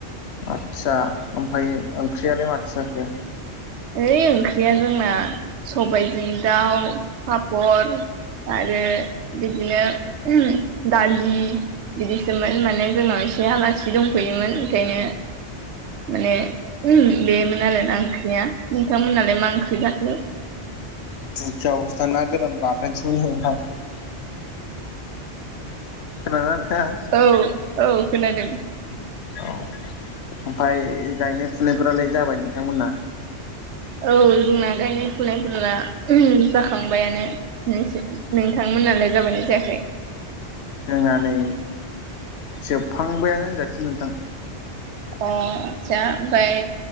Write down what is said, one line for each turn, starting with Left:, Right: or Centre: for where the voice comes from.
Left: आदसा ओमफ्राय ओंख्रियालाय माथो जाखो।
Right: ओइ ओंख्रिया जोंना सबायाइजों दाउ, पापर आरो बिदिनो ओम दालि बिदिसोमोन माने जोंनाव एसे आलासि दंफैयोमोन ओंखायनो माने ओ बेमोन आरोना ओंख्रिया नोंथांमोनहालाय मा ओंख्रि जाखो।
Left: बुरजा अबस्था ना गोरान बा <unintelligible> खोनादों ना नोंथांङा।
Right: औ औ खोनादों
Left: औ ओमफफ्राय गायनाय-फुनायफोरालाय जाबाय नोंथांमोना।
Right: औ जोंना गायनाय-फुनायफोर ओम जाखांबायानो। नोंसो नोंथांमोनालाय जाबायानो जायाखै।
Left: जोंनानै जोबहांबायानो होनजासिगोन नोंथां।
Right: अ आस्सा ओमफ्राय